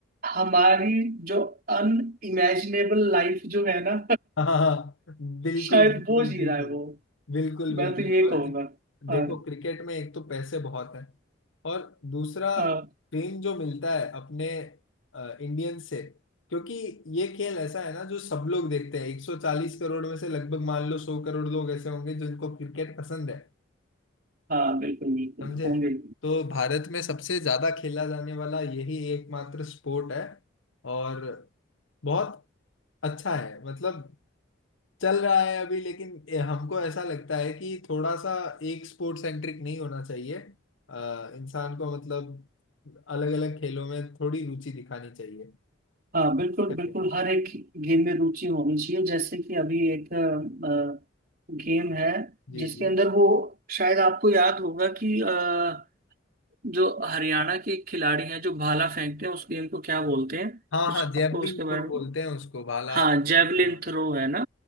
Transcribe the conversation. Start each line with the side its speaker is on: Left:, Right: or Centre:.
Right: हमारी जो अनइमेजिनेबल लाइफ जो है ना
Left: हाँ
Right: <laughs>
Left: बिल्कुल
Right: शायद
Left: बिल्कुल
Right: वो जी
Left: बिल्कुल
Right: रहा है वो
Left: बिल्कुल बिल्कुल
Right: मैं तो ये
Left: और
Right: कहूंगा
Left: देखो
Right: हाँ
Left: क्रिकेट में एक तो पैसे बहुत हैं और दूसरा
Right: हाँ
Left: फेम जो मिलता है अपने इंडियन से क्योंकि ये खेल ऐसा है ना जो सब लोग देखते हैं 140 करोड़ में से लगभग मान लो 100 करोड़ लोग ऐसे होंगे जिनको क्रिकेट पसंद है
Right: हाँ बिल्कुल बिल्कुल
Left: समझे
Right: होंगे
Left: तो भारत में सबसे ज्यादा खेला जाने वाला यही एकमात्र स्पोर्ट है और बहुत अच्छा है मतलब चल रहा है अभी लेकिन ए- हमको ऐसा लगता है कि थोड़ा सा एक स्पोर्ट सेंट्रिक नहीं होना चाहिए अ, इंसान को मतलब अलग अलग खेलों में थोड़ी रुचि दिखानी चाहिए
Right: हाँ बिल्कुल
Left: क्या
Right: बिल्कुल
Left: कहना है?
Right: हर एक गेम में रुचि होनी चाहिए जैसे कि अभी एक अ, गेम है
Left: जी
Right: जिसके
Left: जी
Right: अंदर वो शायद आपको याद होगा कि अ, जो हरियाणा के खिलाड़ी हैं जो भाला फेंकते हैं उस गेम को क्या बोलते हैं
Left: हाँ
Right: कुछ
Left: हाँ जैवलिन
Right: आपको उसके बारे
Left: थ्रो बोलते
Right: में
Left: हैं उसको भाला
Right: हाँ
Left: फेंकने
Right: जेवलिन
Left: वाले
Right: थ्रो
Left: को
Right: है ना